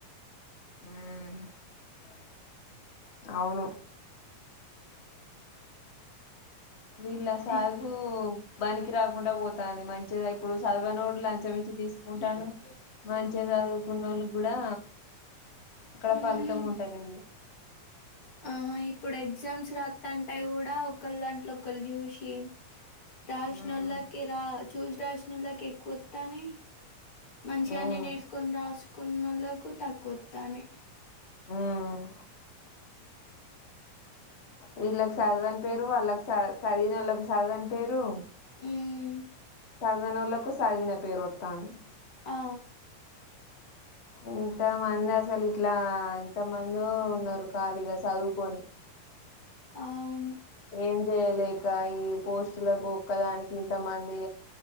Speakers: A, on the left; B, on the left.
A: ఆ అవును వీళ్ళ సాగూ
B: ఎట్-
A: బనికి రాకుండా పోతంది మంచిద ఇప్పుడు సదవనోడు లంచమిచ్చి తీసుకుంటాను మంచిద గున్నోళ్ళు కూడా అక్కడ
B: ఉమ్,
A: ఫలితం ఉంటాది.
B: ఆ ఇప్పుడు ఎగ్జామ్స్ రాస్తంటే కూడా ఒకళ్ల దాంట్లో ఒకళ్లు చూసి. దాష్
A: ఉమ్
B: నల్లకి రా! చూస రాసినల్లకి ఎక్కువ వత్తన్నాయ్. మంచిగానే
A: ఉమ్
B: నేర్చుకొని, రాసు ఉన్నోల్లకు తక్కువత్తాన్నాయి.
A: హ్మ్! వీళ్ళకి చదివని పేరు వాళ్ళకి చదివినోళ్ళకి. చదవని పేరు.
B: ఉమ్
A: చదవనోళ్లకు చదివిన పేరు వత్తాంది.
B: ఆ
A: ఇంత మంది అసలు ఇట్లా ఇంత మందో ఉన్నారు ఖాళీగా చదువుకొని.
B: అవును.
A: ఏం చేయలేక ఈ పోస్టులకు, ఒక్కదానికి ఇంత మంది